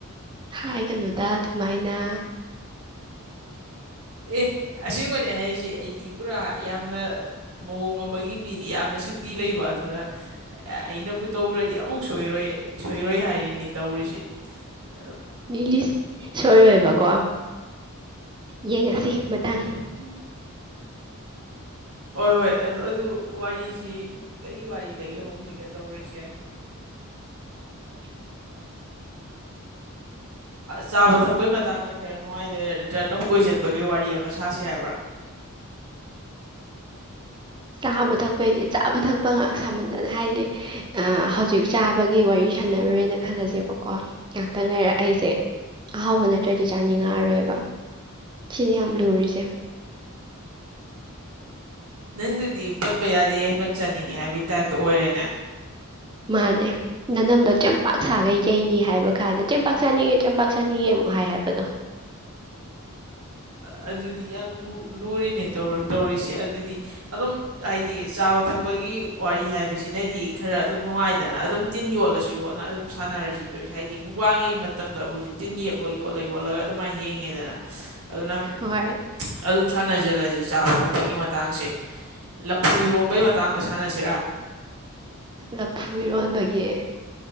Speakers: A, on the right; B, on the right.
A: ꯍꯥꯏꯒꯅꯨꯗ ꯑꯗꯨꯃꯥꯏꯅ꯫
B: ꯑꯦ ꯑꯁꯦꯡꯕꯅꯦ ꯍꯥꯏꯔꯤꯁꯤ ꯑꯩꯗꯤ ꯄꯨꯔꯥ ꯌꯥꯝꯅ ꯃꯑꯣꯡ ꯑꯃꯒꯤ ꯃꯤꯅꯦ ꯌꯥꯝꯅ ꯁꯛꯇꯤ ꯂꯩꯕ ꯑꯩꯅꯕꯨ ꯇꯧꯈ꯭ꯔꯗꯤ ꯑꯃꯨꯛ ꯁꯣꯏꯔꯣꯏ ꯁꯣꯏꯔꯣꯏ ꯍꯥꯏꯔꯤꯅꯤ ꯇꯧꯔꯤꯁꯦ ꯑꯗꯣ
A: ꯏꯁ ꯁꯣꯏꯔꯣꯏꯕꯀꯣ ꯌꯦꯡꯉꯁꯤ ꯃꯊꯪ꯫
B: <unintelligible> ꯍꯣꯏ ꯍꯣꯏ ꯑꯗꯨ ꯑꯗꯨ ꯋꯥꯔꯤꯁꯤ ꯀꯔꯤ ꯋꯥꯔꯤꯗꯒꯤ ꯍꯧꯁꯤꯒꯦ ꯇꯧꯔꯤꯁꯦ꯫
A: <unintelligible>
B: ꯆꯥꯕ ꯊꯛꯄꯒꯤ ꯃꯇꯥꯡꯗ ꯈꯔ ꯅꯨꯡꯉꯥꯏꯈꯔꯦ ꯅꯠꯇ꯭ꯔ ꯂꯝ ꯀꯣꯏ ꯆꯠꯄꯒꯤ ꯋꯥꯔꯤ ꯑꯃ ꯁꯥꯁꯤ ꯍꯥꯏꯕ꯭ꯔꯥ꯫
A: ꯆꯥꯕ ꯊꯛꯄꯩꯁꯦ ꯆꯥꯕ ꯊꯛꯄ ꯉꯥꯛ ꯁꯃꯟꯗꯅ ꯍꯥꯏꯗꯤ ꯍꯧꯖꯤꯛ ꯆꯥꯕꯒꯤ ꯋꯥꯔꯤ ꯁꯥꯟꯅꯔꯨꯔꯦꯅ ꯆꯕꯥꯊꯛꯄꯒꯤꯁꯦ ꯆꯕꯥꯊꯛꯄ ꯉꯛꯇꯥ ꯁꯃꯟꯗꯅ ꯍꯥꯏꯗꯤ ꯍꯑꯣꯖꯤꯛ ꯈꯜꯂꯁꯦꯕꯀꯣ ꯉꯥꯛꯇꯪ ꯂꯩꯔ ꯑꯩꯁꯦ ꯑꯍꯥꯎꯕ ꯅꯠꯇ꯭ꯔꯗꯤ ꯆꯥꯅꯤꯡꯉꯛꯑꯔꯣꯏꯕ ꯁꯤꯅꯤ ꯌꯥꯝ ꯂꯨꯔꯤꯁꯦ꯫
B: ꯅꯪꯗꯨꯗꯤ ꯄꯟꯕ ꯌꯥꯗꯦ ꯌꯥꯏꯄꯟ ꯆꯥꯅꯤꯡꯉꯤ ꯍꯥꯏꯕꯒꯤ ꯇꯥꯏꯞꯇ ꯑꯣꯏꯔꯦꯅꯦ꯫
A: ꯃꯥꯅꯦ ꯅꯅꯝꯗꯣ ꯆꯦꯡꯄꯥꯛ ꯁꯥꯈꯩ ꯌꯩꯅꯤ ꯍꯥꯏꯕ ꯀꯥꯟꯗ ꯆꯦꯡꯄꯥꯛ ꯆꯥꯅꯤꯡꯉꯦ ꯆꯦꯝꯄꯥꯛ ꯆꯥꯅꯤꯡꯉꯦ ꯑꯃꯨꯛ ꯍꯥꯏ ꯍꯥꯏꯕꯗꯣ꯫
B: ꯑꯗꯨꯗꯤ ꯌꯥꯝ ꯂꯨꯔꯤꯅꯦ ꯇꯧꯔꯤꯁꯦ ꯑꯗꯨꯗꯤ ꯑꯗꯨꯝ ꯍꯥꯏꯗꯤ ꯆꯥꯕ ꯊꯛꯄꯒꯤ ꯋꯥꯔꯤ ꯍꯥꯏꯕꯁꯤꯅꯗꯤ ꯈꯔ ꯑꯗꯨꯝ ꯅꯨꯡꯉꯥꯏꯗꯅ ꯑꯗꯨꯝ ꯇꯤꯟ ꯌꯣꯠꯂꯁꯨ ꯌꯣꯠꯂ ꯑꯗꯨꯝ ꯁꯥꯟꯅꯔꯁꯤ꯫ ꯇꯔꯤꯁꯦ ꯍꯥꯏꯗꯤ ꯃꯨꯛ ꯕꯥꯡ ꯌꯦꯡꯕ ꯃꯇꯝꯗ ꯑꯩꯈꯣꯏꯁꯨ ꯇꯤꯟ ꯌꯦꯠꯂꯣ ꯌꯣꯠꯂ ꯌꯣꯠꯂꯒ ꯑꯗꯨꯃꯥꯏꯅ ꯌꯦꯡꯉꯦꯗꯅ꯫ ꯅ
A: ꯍꯣꯏ
B: ꯑꯗꯨꯝ ꯁꯥꯟꯅꯁꯤꯜꯂꯁꯤ ꯆꯥꯕ ꯊꯛꯄꯒꯤ ꯃꯇꯥꯡꯁꯦ꯫ ꯂꯐꯨ ꯏꯔꯣꯝꯕꯩ ꯃꯇꯥꯡꯗ ꯁꯥꯟꯅꯁꯤꯔꯥ꯫
A: ꯂꯐꯨ ꯏꯔꯣꯟꯕꯒꯤ